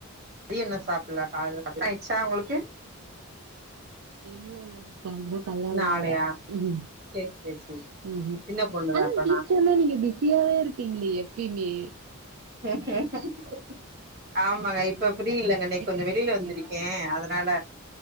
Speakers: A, on the right; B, on the right.
A: தியன் இன்னும் சாப்ட்ல காலல சாப்ட் ணம் ஆச்சா உங்ளுக்கு
B: இல்ல இல்ல கல்யாணலா
A: இன்னு ஆலையா
B: ஆவ்ல ஹு
A: சேரி சேரி சேரி
B: ஹும்
A: சின்ன பொண்ணுதா
B: ஆனா
A: அப்பனா
B: டீச்சர்னா நீங்க பிஸியாவே இருப்பிங்களே எப்பயிமே
A: உம் ஆமாங்க இப்ப
B: ம்
A: அப்டி இல்லங்க இன்னைக்
B: கெடைக்கிற
A: கொஞ்ஜோம் வெளில
B: கேப்லயா
A: வந்திருக்கேன் அதனால